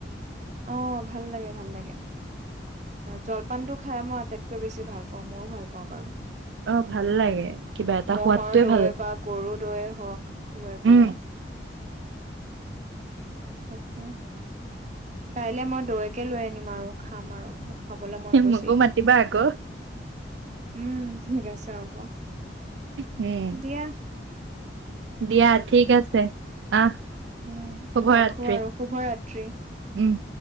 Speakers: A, on the right; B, on the right.
A: অ' ভাল লাগে ভাল লাগে, জলপানটো খাই মই আটাইতকৈ বেছি ভাল পাওঁ, মইও ভাল পাওঁ বাৰু।
B: অ' ভাল লাগে কিবা এটা
A: ম'হৰ
B: সোৱাদটোয়ে
A: দৈ
B: ভাল
A: বা গৰু দৈয়ে হওঁক লৈ, পেলাই,
B: উম,
A: তাকে। কাইলে মই দৈকে লৈ আনিম আৰু খাম আৰু। খাবলৈ মন গৈছে
B: মকো
A: এতিয়া
B: মাতিবা আকৌ।
A: উম ঠিক আছে হ'ব।
B: উম
A: দিয়া
B: দিয়া, ঠিক আছে। আহ
A: উম
B: শুভ
A: ৰাখো
B: ৰাত্ৰি।
A: আৰু শুভৰাত্ৰি
B: উম